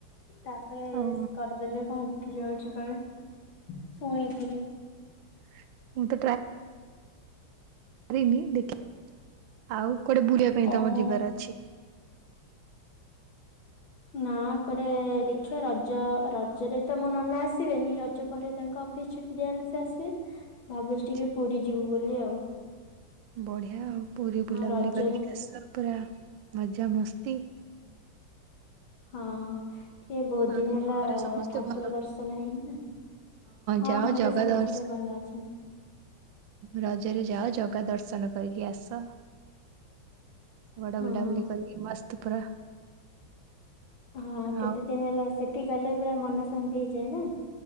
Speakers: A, on the left; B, on the right.
A: ତାପରେ
B: ଆଉ
A: ଇସ୍ କରିଦେଲେ କଣ ଉଠି ଯାଉଛି କଣ ଶୁଣିଥିଲି।
B: ମୁଁ ତ ରିନି ଦେଖ ଆଉ କୁଆଡେ ବୁୁଡିବା ପାଇଁ
A: ଓହୋ।
B: ତମର ଯିବାର ଅଛି? <inaudible>
A: ନା କୁଆଡେ ଦେଖିବା ରଜ ରଜରେ ତ ମୋ ନନା ଆସିବେନି ରଜ ପରେ ତାଙ୍କ କ ଅଫିସ ଛୁଟି ଦିଆହେଲେ ସେ ଆସିବେ ଭାବୁଛି
B: ଆଚ୍ଛା
A: ଟିକେ ପୁରୀ ଯିବୁ ବୋଲି ଆଉ।
B: ବଢିଆ ଆଉ ପୁରୀ ବୁଲାବୁଲି
A: ଆଉ ରଜରେ
B: କରିକି ଆସ ପୁରା ମଜା ମସ୍ତି।
A: ହଁ। ଇଏ ବହୁତ
B: ଆଉ
A: ଦିନ
B: ତମ
A: ହେଲା
B: ଘରେ ସମସ୍ତେ
A: ଠାକୁର
B: ଭଲ?
A: ଦର୍ଶନ ହେଇନି ନା। ହଁ
B: ଯାଅ
A: ଘରେ
B: ଜଗା
A: ସମସ୍ତେ
B: ଦର୍ଶ
A: ଭଲ ଅଛନ୍ତି।
B: ରଜରେ ଯାଅ ଜଗା ଦର୍ଶନ କରିକି ଆସ। ବଡ଼
A: ହଁ।
B: ବୁଲାବୁଲି କରିକି ମସ୍ତ ପୁରା।
A: ହଁ
B: ଆଉ
A: କେତେ ଦିନ ହେଲା ସେଠି ଗଲେ ପୁରା ମନ ଶାନ୍ତି ହେଇଯାଏ ନା?